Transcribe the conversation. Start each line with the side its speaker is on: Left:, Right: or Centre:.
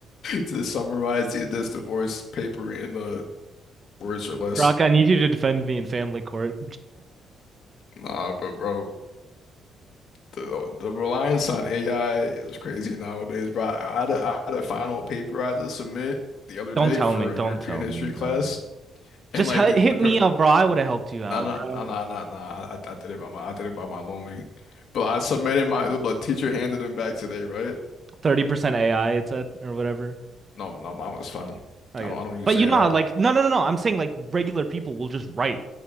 Left: <laughs> to summarize the- this divorce paper in the words or less."
Right: Grok, I need you to defend me in family court.
Left: Nah, but bro, the the reliance on AI is crazy nowadays, bro. I I had a, I had a final paper I had to submit the other
Right: Don't
Left: day
Right: tell
Left: for
Right: me. Don't
Left: a European
Right: tell
Left: history
Right: me, bro.
Left: class. And
Right: Just
Left: like
Right: hit
Left: the the per-
Right: me
Left: the
Right: up, bro. I would have helped you out,
Left: nah nah
Right: bro.
Left: nah nah nah nah. I, I did it by my I did it by my lonely. But I submitted my the teacher handed them back today, right?
Right: 30% AI, it said, or whatever.
Left: No no mine was fine.
Right: I
Left: I
Right: got
Left: don't I
Right: you.
Left: don't use
Right: But you
Left: AI.
Right: know how like no no no no, I'm saying like regular people will just write,